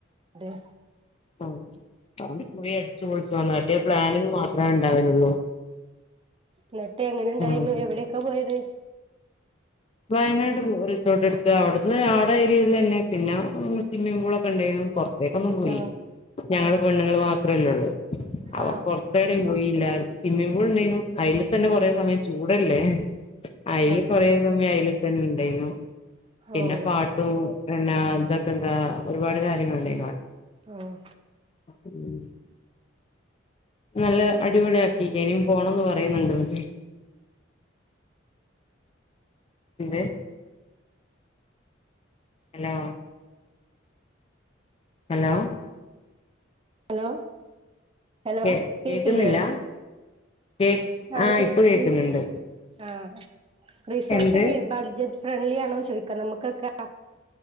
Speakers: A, on the right; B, on the left.
A: അതെ
B: എം ഔടിം പോയി അടിച്ച് പൊള്ച്ചു. ആ മറ്റേ പ്ലാനിങ് മാത്രേ ഉണ്ടാവലൊള്ളൂ.
A: ഇന്നട്ട് എങ്ങനെ ഉണ്ടായിന്നു.
B: ഉം
A: എവിടേക്കാ പോയത്.
B: വയനാട് റിസോർട്ട് എടുത്ത്. അവിട്ന്ന് ആടെ ഏരിയയിലെന്നെ. പിന്നെ സിമ്മിം പൂളൊക്കെ ഉണ്ടായിന്നു. പൊറത്തേക്കൊന്നും പോയില്ല.
A: ആഹ്
B: ഞങ്ങള് പെണ്ണുങ്ങൾ മാത്രേല്ലൊള്ളൂ -
A: ആഹ്
B: എവിടിം പോയീല്ല. സ്വിമ്മി പൂൾ ഉണ്ടായിന്നു. അയില്തന്നെ
A: ആഹ്
B: കൊറേ സമയം ചൂടല്ലേ അയില്കൊറേ
A: അതെ
B: സമയം ആയില് തന്നെ ഉണ്ടായിന്നു പിന്നെ
A: ഓഹ്
B: പാട്ട് - ട്ടു. എന്നാ ഇതൊക്കെ എന്നാ ഒരുപാട് ഒരുപാട് കാര്യങ്ങള് ഉണ്ടായിന്നു അവ്
A: ആഹ്
B: ഉം നല്ല അടിപൊളി ആക്കീക്കേന്. ഇഞ് പോണം എന്ന് പറയുന്നുണ്ട് ഇന്ന്ട്ട്. എന്ത് ഹലോ ഹലോ
A: ഹലോ ഹലോ
B: കേ
A: കേക്ക്ല്ലേ
B: കേക്കുന്നില്ല കേ
A: ആഹ് കേക്ക്
B: ഇപ്പൊ കേക്കുന്നുണ്ട്
A: ഉം ആഹ് റിസോർട്ടൊ
B: എന്ത്
A: ക്കെ ബഡ്ജറ്റ് - ഫ്രണ്ട്ലി ആണോ ചോയ്ക്കാം നമുക്കൊക്കെ <unintelligible> <unintelligible>